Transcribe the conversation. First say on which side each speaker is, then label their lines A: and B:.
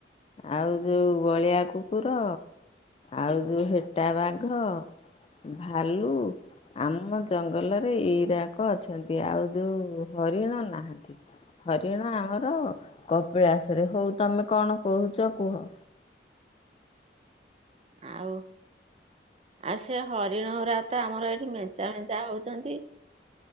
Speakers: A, on the left (about 35°); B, on the right (about 35°).
A: ଆଉ ଯୋଉଁ ଗଳିଆ କୁକୁର ଆଉ ଯୋଉଁ ହେଟା ବାଘ ଭାଲୁ ଆମ ଜଙ୍ଗଲରେ ଏଇରାକ ଅଛନ୍ତି। ଆଉ ଯୋଉ ହରିଣ ନାହାନ୍ତି। ହରିଣ ଆମର କପିଳାସରେ ହଉ ତମେ କଣ କହୁଛ କୁହ?
B: ଆଉ ଆଉ ସେ ହରେ <inaudible> ତ ଆମର ଏଠି ମେଞ୍ଚା ମେଞ୍ଚା ହୋଉଛି। ଛନ୍ତି